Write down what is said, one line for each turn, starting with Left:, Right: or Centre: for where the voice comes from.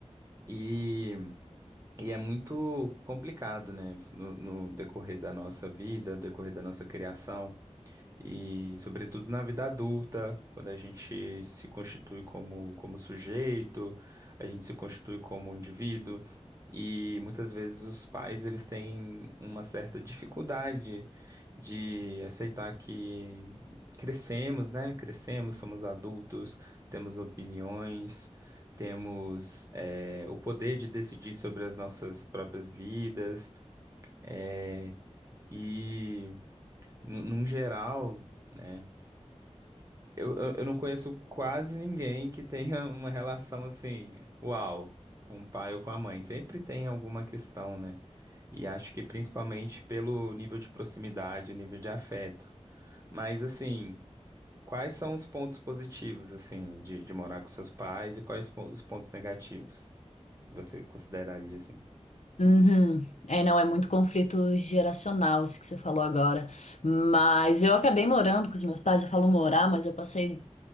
Right: e, e é muito complicado, né? No, no decorrer da nossa vida, no decorrer da nossa criação. E, sobretudo, na vida adulta, quando a gente se constitui como, como sujeito, a gente se constitui como indivíduo, e muitas vezes os pais eles têm uma certa dificuldade de aceitar que crescemos, né? Crescemos, somos adultos, temos opiniões, temos, eh, o poder de decidir sobre as nossas próprias vidas, eh, e, nu- num geral. né? Eu, eu, eu não conheço quase ninguém que tenha <laughs> uma relação assim, uau, com o pai ou com a mãe. Sempre tem alguma questão, né? E acho que principalmente pelo nível de proximidade, nível de afeto. Mas assim, quais são os pontos positivos, assim, de, de morar com seus pais e quais po- os pontos negativos você consideraria, assim?
Left: Uhum. É, não, é muito conflito geracional, isso que você falou agora. Mas eu acabei morando com os meus pais, eu falo morar, mas eu passei